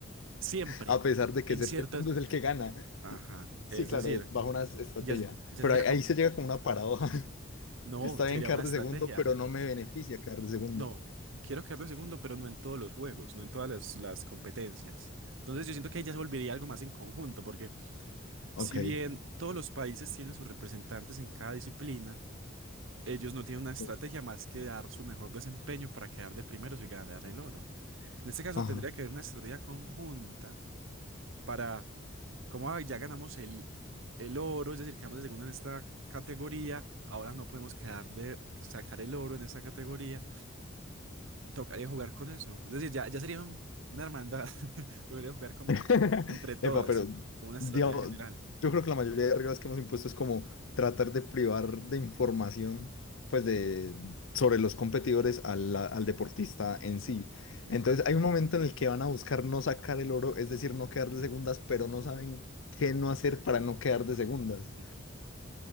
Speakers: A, on the right; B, on the left.
A: Siempre,
B: <laughs> a pesar de que
A: en
B: ser
A: ciertas...
B: segundo es el que gana.
A: Ajá,
B: Sí,
A: es
B: claro,
A: decir,
B: bajo una estrategia.
A: ya, ya
B: Pero
A: sería
B: ahí, ahí
A: como...
B: se llega como una paradoja. <laughs>
A: No,
B: Está
A: sería
B: bien quedar
A: una
B: de
A: estrategia.
B: segundo, pero no me beneficia quedar de segundo.
A: No, quiero quedar de segundo, pero no en todos los juegos, no en todas las, las competencias. Entonces yo siento que ahí ya se volvería algo más en conjunto, porque
B: Ok.
A: Si bien todos los países tienen sus representantes en cada disciplina, ellos no tienen una estrategia
B: sí.
A: más que dar su mejor desempeño para quedar de primeros y ganar el oro. En este caso
B: Ajá.
A: tendría que haber una estrategia conjunta para, como "Ay, ya ganamos el, el oro, es decir, quedamos de segunda en esta categoría, ahora no podemos quedar de sacar el oro en esta categoría, tocaría jugar con eso. Es decir, ya, ya sería un- una hermandad, <laughs> tocaría jugar como
B: <laughs>
A: entre todas,
B: Epa, pero
A: como una
B: digamos,
A: estrategia general.
B: yo creo que la mayoría de reglas que hemos impuesto es como tratar de privar de información pues de, sobre los competidores al, al deportista en sí.
A: Ujú.
B: Entonces hay un momento en el que van a buscar no sacar el oro, es decir, no quedar de segundas, pero no saben qué no hacer para no quedar de segundas.
A: Ujú.